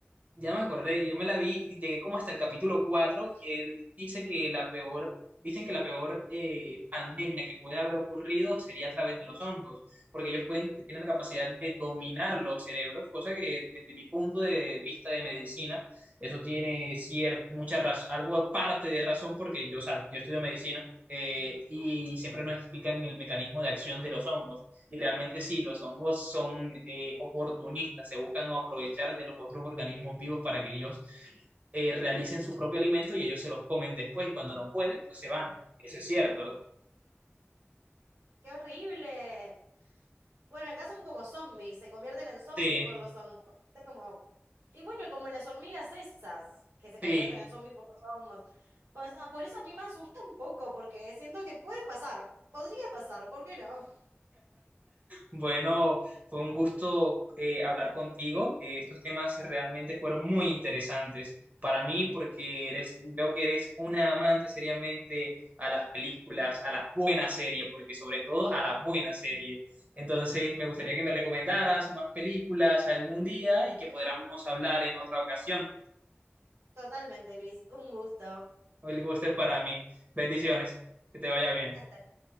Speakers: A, on the right; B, on the right.
A: Ya me acordé, yo me la vi y llegué como hasta el capítulo 4 y él dice que la peor, dicen que la peor eh, pandemia que puede haber ocurrido sería a través de los hongos, porque ellos pueden, tienen la capacidad de dominar los cerebros, cosa que desde mi punto de vista de medicina, eso tiene cierta, mucha razón, algo aparte de razón, porque yo, o sea, yo estudio medicina eh, y
B: Mi-
A: siempre nos explican el mecanismo de acción de los hongos. Y realmente sí, los hongos son eh, oportunistas, se buscan aprovechar de los otros organismos vivos para que ellos eh, realicen su propio alimento y ellos se los comen después y cuando no pueden, pues se van. Eso es cierto.
B: ¡Qué horrible! Bueno, acá son como zombies, se convierten en zombies
A: Sí,
B: por los hongos. Es como. Y bueno, como las hormigas esas, que se convierten
A: sí.
B: en zombies por los hongos. Pues, ah, por eso a mí me asusta un poco, porque siento que puede pasar. Podría pasar, ¿por qué no?
A: Bueno, fue un gusto eh, hablar contigo. Eh, estos temas realmente fueron muy interesantes para mí porque eres, veo que eres una amante seriamente a las películas, a las buenas series, porque sobre todo a la buena serie. Entonces, me gustaría que me recomendaras más películas algún día y que podamos hablar en otra ocasión.
B: Totalmente, Luis. Un gusto.
A: El gusto es para mí. Bendiciones. Que te vaya bien.
B: Hasta luego.